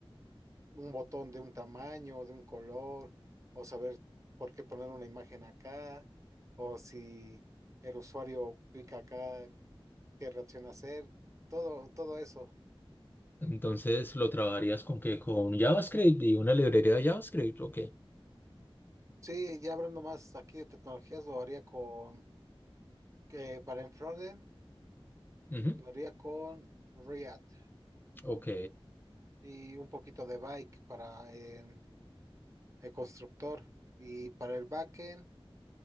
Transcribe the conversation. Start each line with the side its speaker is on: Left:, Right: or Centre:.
Right: un botón de un tamaño, de un color, o saber por qué poner una imagen acá, o si el usuario pica acá, qué reacción hacer, todo, todo eso.
Left: Entonces, ¿lo trabajarías con qué? ¿Con JavaScript y una librería de JavaScript? Ok.
Right: Sí, ya hablando más aquí de tecnologías, lo haría con, que para en frontend
Left: Ujú,
Right: Lo haría con React
Left: Ok.
Right: y un poquito de Bike para en- el constructor. Y para el backend,